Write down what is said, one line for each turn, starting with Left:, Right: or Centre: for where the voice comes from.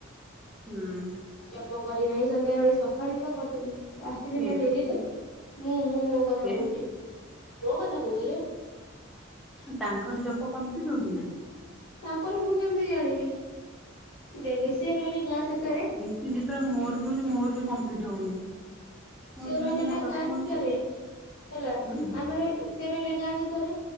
Centre: ହୁଁ
Left: ଜପ କରିନାହିଁ ସନ୍ଧ୍ୟା ବେଳେ ସକାଳଟା କରିଥିଲି। ଆସିଲି
Centre: କିଏ
Left: ନା ଡେରି ମୁଁ ମୁଁ ମୋ କଥା
Centre: କିଏ
Left: କହୁଛି। କୋଉ କଥା କହୁଛିରେ।
Centre: ତାଙ୍କର ଜପ କମ୍ପ୍ଲିଟ୍ ହଉଛି ନା?
Left: ତାଙ୍କର ମୁଁ କେମିତି ଜାଣିବି? ଦେଖେ ସିଏ ରହିଲି ଗାଁ ଶେଷରେ
Centre: କି ଯେତେବେଳେ ମୋର ବି ହଉଛି। ମୋର ବି କମ୍ପ୍ଲିଟ୍ ହଉନି। ମୋର
Left: ସେ ରହିଲେ
Centre: ମେନ୍ ହେଲା
Left: ନା
Centre: ପ୍ରଥମ
Left: ଗାଁ ଭିତରେ।
Centre: ହଉଛି
Left: ହେଲା
Centre: ଉଁ
Left: ଆମେ ରହିଲୁ ସେ ରହିଲା ଗାଁ ଭିତରେ।